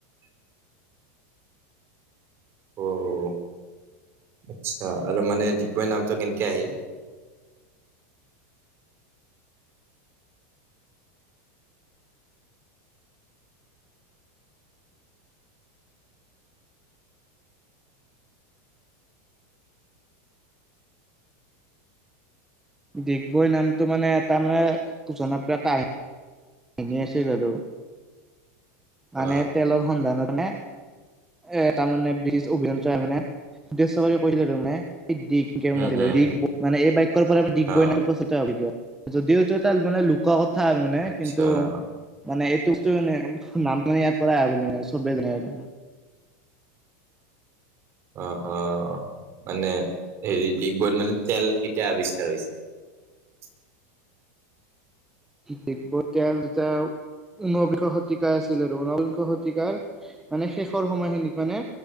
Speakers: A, on the right (about 30°); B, in the centre.
A: <inaudible> অহ' আচ্ছা আৰু মানে ডিগবৈ নামটো কেনেকে আহিল?
B: ডিগবৈ নামটো মানে এটা মানে জনপ্ৰিয় কাহিন। এনে আছেগ আৰু মানে
A: অ
B: তেলৰ সন্ধানত মানে এ তাৰমানে ব্ৰিটিছ অভিযন্তাই মানে উদ্দেশ্য কৰি কৰিছিলে টো মানে ডি কে
A: উম
B: মানে <unintelligible>
A: উম
B: ডিগবৈ এই বাক্যটোৰ পৰাই
A: অ
B: প্ৰচলিত <unintelligible> যদিওটো তাত মানে লুকোৱা কথা আৰু মানে
A: আচ্ছা
B: কিন্তু মানে এইটো বস্ত মানে নামটো ইয়াৰ পৰা আহ বুলি মানে চবে জানে আৰু
A: অ' অ' মানে হেৰি ডিগবৈত মানে তেল কেতিয়া আৱিষ্কাৰ হৈছিল?
B: ডিগবৈ এতিয়া যাওঁ। ঊনবিংশ শতিকাই আছিল আৰু ঊনবিংশ শতিকাৰ মানে শেষৰ সময়খিনিত মানে